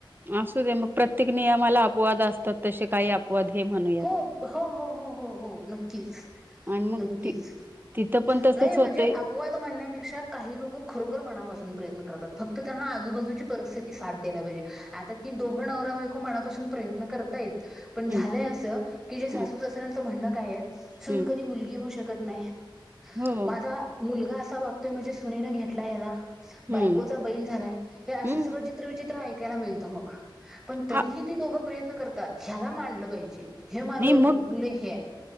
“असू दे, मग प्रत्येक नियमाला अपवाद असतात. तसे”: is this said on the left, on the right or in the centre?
Right